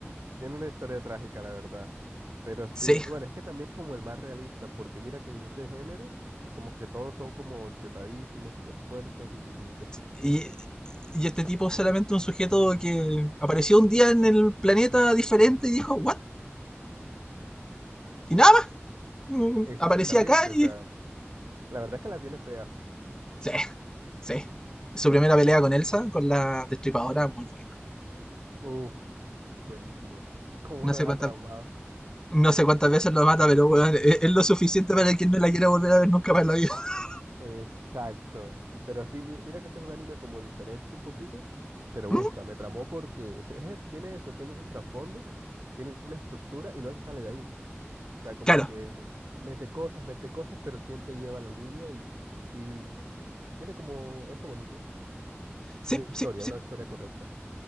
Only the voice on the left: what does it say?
Sí,
Y, y este tipo es solamente un sujeto que apareció un día en el planeta diferente y dijo, ¿what? Y nada más. Mm,
Aparecía acá
y.
Sí, sí. Su primera pelea con Elsa, con la destripadora, muy buena.
No
sé
cuántas.
No sé cuántas veces lo mata, pero weón, es, es lo suficiente para que él no la quiera volver a ver nunca más en la vida. <laughs>
Mm,
Claro,
sí,
sí, sí.